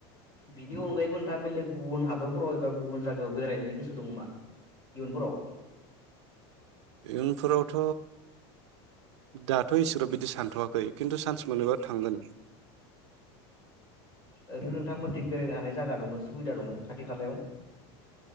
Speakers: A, on the left; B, on the right.
A: बिनि अनगायैबो नोंथाङा बेलेग गुबुन हादरफोराव एबा गुबुन जायगायाव बेरायनायनि गोसो दंबा इयुनफोराव।
B: इयुनफोरावथ' दाथ' एसेग्राब बिदि सानथ'वाखै। किन्थु छान्स मोनोबा थांगोन।
A: ओरैनो नोंथांमोनथिं बेरायनो हानाय जायगा दङो सुबिदा दङो खाथि खालायाव।